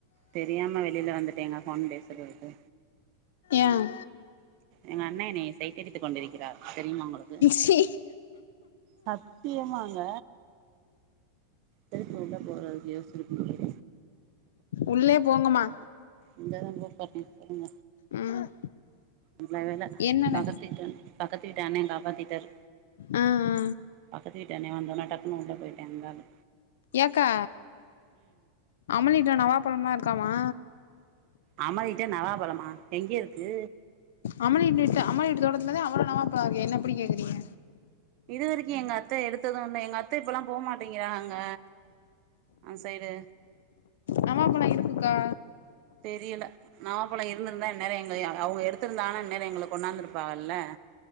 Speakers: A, on the right; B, on the left.
A: தெரியாம வெளியில வந்துட்டேங்க ஃபோன் பேசுறதுக்கு
B: ஏன்
A: எங்க அண்ண என்னைய சைட்டடித்து கொண்டிருக்கிறார் தெரியுமா உங்களுக்கு
B: சி
A: சத்தியமாங்க திருப்பி உள்ள போறதுக்கு யோஸ்ச்சுக்கிட்டிருக்க
B: உள்ளே போங்கம்மா
A: இங்கதா இந்தாரு பாத்தே <unintelligible>
B: ம்
A: நல்ல வேல
B: என்னட
A: பக்கத்வீட் அண் பக்கத்து வீட்டு அண்ணேங்கா பாத்திட்டாரு
B: ஆ ஆ
A: பக்கத்து வீட்டு அண்ணே வந்தோனா டக்குனு உள்ள போய்ட்டேங்க அவ
B: ஏக்கா அமலிட்ட நவாப்பழம்லா இருக்காமா
A: அமலிட்ட நவாப்பழமா எங்க இருக்கு
B: அமலி வீட்டிட்ட அமலி வீட்டு தோட்டத்துலதா அவள நவாப்பழோ இருக்கே என்ன இப்படி கேக்குறீங்க
A: இது வெரிக்கு எங்க அத்த எடுத்தது இல்ல எங்க அத்த இப்பெல்லால் போமாட்டேங்கிறாங்க அங்க அந் சைடு
B: நவாப்பழ இருக்கு க்கா
A: தெரியல நவாப்பழோ இருந்திருந்தா இந்நேர எங்க எ அ அவுங்க எடுத்திருந்தாங்க இந்நேர எங்களுக்கு கொண்டாந்திருப்பாகல்ல